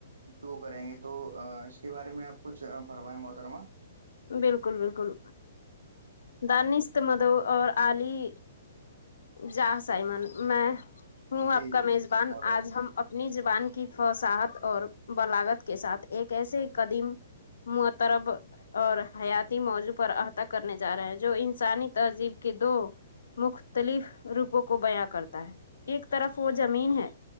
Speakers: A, on the right; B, on the left.
A: وہ کریں گے تو اس کے بارے میں آپ کچھ فرمائیں محترمہ
B: بالکل بالکل دانست مدو اور آلی جا سائمن میں ہوں
A: جی
B: آپ کا
A: جی
B: میزبان
A: محترمہ
B: آج ہم اپنی زبان کی فصاحت اور بلاگت کے ساتھ ایک ایسے قدیم م طرب اور حیاتی موضوع پر احطا کرنے جا رہے ہیں جو انسانی تہذیب کے دو مختلف روپوں کو بیاں کرتا ہے ایک طرف وہ زمین ہے